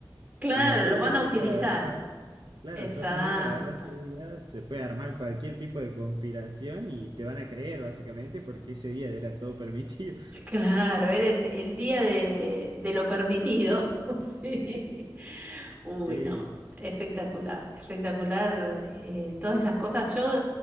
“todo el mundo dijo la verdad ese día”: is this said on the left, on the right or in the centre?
Right